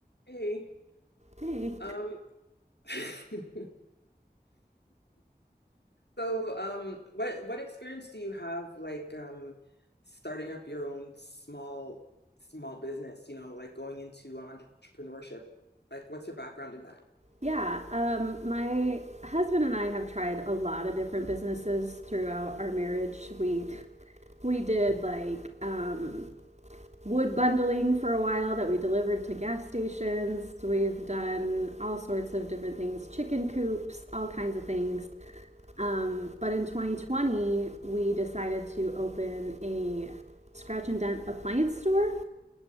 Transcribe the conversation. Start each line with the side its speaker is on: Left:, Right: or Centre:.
Left: Hey,
Right: Hey.
Left: um, <laughs> so um, what what experience do you have like um, starting up your own small small business? You know, like going into entrepreneurship. Like, what's your background in that?
Right: Yeah, um, my husband and I have tried a lot of different businesses throughout our marriage. We we did like um, wood bundling for a while that we delivered to gas stations. We've done all sorts of different things, chicken coops, all kinds of things. Um, but in 2020, we decided to open a scratch and dent appliance store.